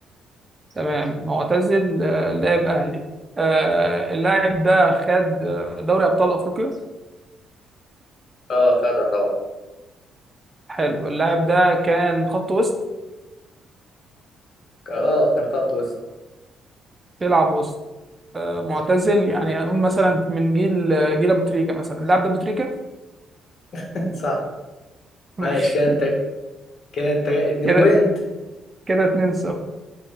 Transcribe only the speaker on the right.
تمام معتزل آه لعب اهلي آه اللاعب ده خد آه، دوري ابطال افريقيا
حلو اللاعب ده كان خط وسط
بيلعب وسط آه معتزل يعني هنقول مثلا من جيل آه، جيل ابو تريكه مثلا اللاعب ده ابو تريكه
<laughs> ماشي
كده
كده 2 0